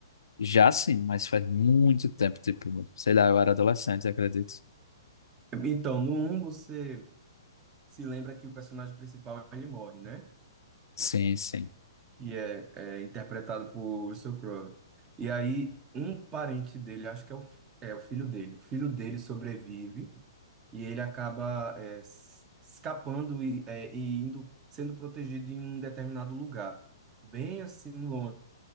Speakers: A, on the left; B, on the right.
A: Já sim, mas faz muito tempo, tipo, sei lá, eu era adolescente, acredito.
B: Então, no um você se lembra que o personagem principal ele morre, né?
A: Sim, sim.
B: E é, é interpretado por Russell Crowe. E aí, um parente dele, acho que é o, fi- é o filho dele, o filho dele sobrevive e ele acaba é, s- escapando e, é, e indo, sendo protegido em um determinado lugar, bem assim longe